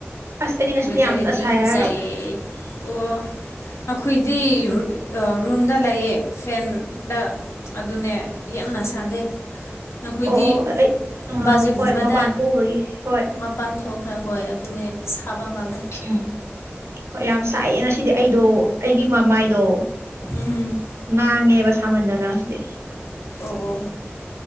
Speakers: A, on the right; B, on the left.
A: ꯑꯁ ꯑꯩꯗꯤ ꯉꯁꯤꯗꯤ
B: ꯗꯦꯗꯤ
A: ꯌꯥꯝꯅ ꯁꯥꯏ
B: ꯄ ꯄꯨꯖꯩꯩ
A: ꯍꯥꯏꯔꯒ
B: ꯑꯣ ꯑꯩꯈꯣꯏꯗꯤ ꯔꯨꯝꯗ ꯂꯩꯌꯦ ꯐꯦꯟꯗ ꯑꯗꯨꯅꯦ ꯌꯥꯝꯅ ꯁꯥꯗꯦ ꯑꯩꯈꯣꯏꯗꯤ
A: ꯑꯣ ꯑꯣ ꯑꯩ ꯑꯥ
B: ꯕꯥꯖꯦꯛꯒꯨꯝꯕꯗ
A: ꯍꯣꯏ ꯃꯄꯥꯟ ꯊꯣꯛꯎꯕꯒꯤ ꯍꯣꯏ
B: ꯄꯥꯟ ꯊꯣꯛꯈ꯭ꯔ ꯍꯣꯏ ꯑꯗꯨꯅꯦ ꯁꯥꯕ ꯃꯥꯜꯂꯦ
A: ꯎ ꯍꯣꯏ ꯌꯥꯝ ꯁꯥꯏꯑꯦ ꯉꯁꯤꯗꯤ ꯑꯩꯗꯣ ꯑꯩꯒꯤ ꯃꯃꯥꯏꯗꯣ
B: ꯎꯝ
A: ꯉꯥꯡꯉꯦꯕ ꯁꯥꯃꯟꯗꯅ ꯑꯁꯤꯗꯤ
B: ꯑꯣ